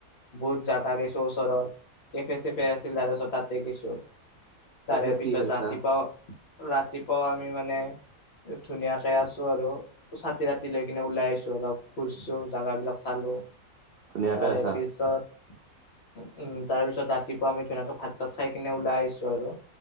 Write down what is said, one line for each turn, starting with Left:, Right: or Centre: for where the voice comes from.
Left: বহুত <unintelligible> ওচৰৰ কেফে চেফে আছিল তাৰে <unintelligible> তাতে গেচো।
Right: তাৰপিছত
Left: তাৰে পিছত
Right: কি খাইছা
Left: ৰাতিপুৱা ৰাতিপুৱাও আমি মানে ধুনীয়াকে আছো আৰু, চাতি তাতি লৈ কিনে ওলাই আহিছো অলপ। ছো জাগাবিলাক চালো,
Right: ধুনীয়াকে
Left: তাৰে
Right: আছা
Left: পিছত উম, তাৰে পিছত ৰাতিপুৱা আমি ধুনীয়াকে ভাত চাত খাই কিনে ওলাই আহিছো আৰু।